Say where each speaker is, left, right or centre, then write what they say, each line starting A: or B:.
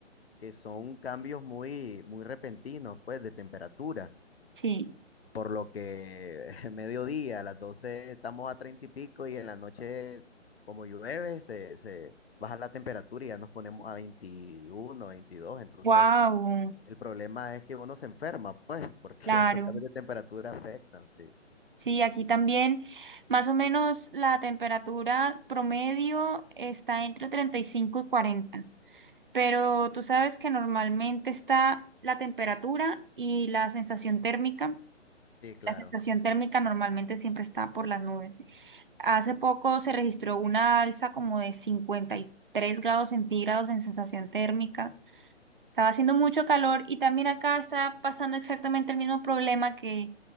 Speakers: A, on the left (about 55°); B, on the right (about 45°).
A: que son cambios muy, muy repentinos, pues, de temperatura.
B: sí,
A: Por lo que <laughs> mediodía, a las 12 estamos a 30 y pico y en la noche, como llueve, se, se baja la temperatura y ya nos ponemos a 21, veintidós, Entonces,
B: wow,
A: el problema es que uno se enferma, pues, porque
B: claro.
A: <laughs> esos cambios de temperatura afectan, sí.
B: Sí, aquí también más o menos la temperatura promedio está entre treinta y cinco y cuarenta. pero tú sabes que normalmente está la temperatura y la sensación térmica.
A: Sí, claro.
B: La sensación térmica normalmente siempre está por las nubes. Hace poco se registró una alza como de 53 grados centígrados en sensación térmica. Estaba haciendo mucho calor y también acá está pasando exactamente el mismo problema que